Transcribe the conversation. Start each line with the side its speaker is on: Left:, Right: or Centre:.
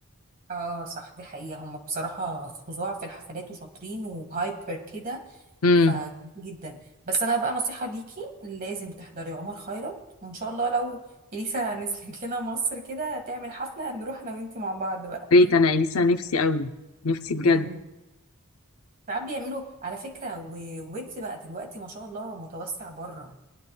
Right: اه صح دي حقيقة هم بصراحة فظاع في الحفلات وشاطرين وهايبر كده
Left: امم
Right: فجميل جدا بس انا بقى نصيحة ليكي لازم تحضري عمر خيرت وان شاء الله لو اليسا نزلت <laughs> لنا مصر كده تعمل حفلة هنروح انا وانتي مع بعض بقى
Left: ريت أنا إليسا نفسي قوي نفسي بجد
Right: مم. ساعات بيعملوا على فكرة و- ويجز بقى دلوقتي ما شاء الله متوسع بره